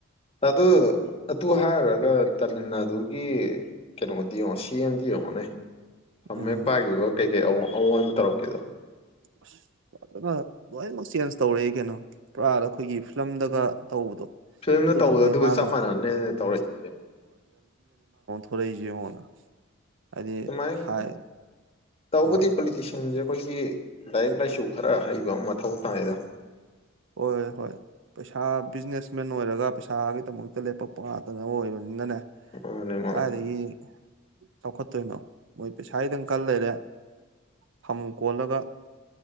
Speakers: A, on the left; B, on the right.
A: ꯑꯗꯨ ꯑꯗꯨ ꯍꯥꯏꯔꯨꯔꯒ ꯇꯥꯃꯤꯜꯅꯗꯨꯒꯤ ꯀꯩꯅꯣꯗꯤ ꯌꯦꯡꯉꯣ ꯁꯤꯑꯦꯝꯗꯤ ꯌꯦꯡꯉꯣꯅꯦ ꯐꯝꯃꯦ
B: ꯎꯝ
A: ꯄꯥꯏꯈꯤꯕ ꯀꯩꯀꯩ ꯑꯥꯑꯣꯡ ꯑꯑꯣꯟꯕ ꯇꯧꯔꯛꯀꯦꯗꯣ
B: ꯑꯁ ꯐꯖꯅ ꯂꯣꯏꯅꯃꯛ ꯆꯦꯟꯖ ꯇꯧꯔꯛꯦ ꯀꯩꯅꯣ ꯄꯨꯔꯥꯞ ꯑꯩꯈꯣꯏꯒꯤ ꯐꯤꯂꯝꯗꯒ ꯇꯧꯕꯗꯣ
A: ꯐꯤꯂꯝꯅ
B: ꯑꯗꯨꯃꯛꯅꯦ
A: ꯇꯧꯕꯣ ꯑꯗꯨꯒ
B: ꯃꯥꯅ
A: ꯆꯞ ꯃꯥꯟꯅꯅꯕꯅꯦꯅ ꯇꯧꯔꯛꯏꯁꯦ
B: ꯊꯣꯔꯛꯏꯁꯦ ꯌꯦꯡꯉꯣꯗꯅ ꯍꯥꯏꯗꯤ
A: ꯑꯗꯨꯃꯥꯏꯅ
B: ꯍꯥꯏ
A: ꯇꯧꯕꯗꯤ
B: ꯍꯣꯏ
A: ꯄꯣꯂꯤꯇꯤꯁꯤꯌꯥꯟꯁꯦ ꯑꯩꯈꯣꯏꯒꯤ ꯂꯥꯏꯔꯤꯛ ꯂꯥꯏꯁꯨ ꯈꯔ ꯍꯩꯕ ꯑꯃ ꯃꯊꯧ ꯇꯥꯏꯗ
B: ꯍꯣꯏ ꯍꯣꯏ ꯄꯩꯁꯥ ꯕꯤꯖꯤꯅꯦꯁꯃꯦꯟ ꯑꯣꯏꯔꯒ ꯄꯩꯁꯥꯒꯤꯗꯃꯛꯇ ꯂꯦꯞꯄꯛꯄ ꯉꯥꯛꯇꯅꯦ ꯑꯣꯏꯕꯅꯤꯅꯅꯦ
A: ꯃꯥꯅꯦ ꯃꯥꯅꯦ
B: ꯀꯥꯏꯗꯒꯤ ꯆꯥꯎꯈꯠꯇꯣꯏꯅꯣ ꯃꯣꯏ ꯄꯩꯁꯥꯒꯤꯗꯪ ꯀꯜ ꯂꯩꯔꯦ ꯐꯝ ꯀꯣꯜꯂꯒ